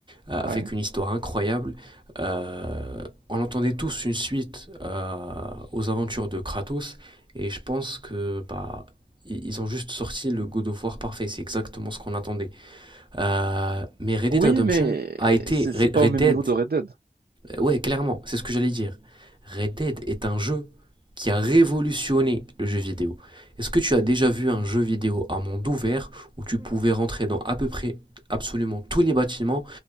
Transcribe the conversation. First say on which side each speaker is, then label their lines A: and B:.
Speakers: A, on the right; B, on the right.
A: euh,
B: Ouais.
A: avec une histoire incroyable. Euh, on entendait tous une suite euh, aux aventures de Kratos, et je pense que bah, i- ils ont juste sorti le God of War parfait, c'est exactement ce qu'on attendait. Euh, mais Red
B: Oui,
A: Dead Redemption
B: mais
A: a été,
B: c'est c'est
A: Red
B: pas
A: Red
B: au même
A: Dead
B: niveau de Red Dead.
A: euh, Ouais, clairement, c'est ce que j'allais dire. Red Dead est un jeu qui a révolutionné le jeu vidéo. Est-ce que tu as déjà vu un jeu vidéo à monde ouvert où tu pouvais rentrer dans à peu près absolument tous les bâtiments,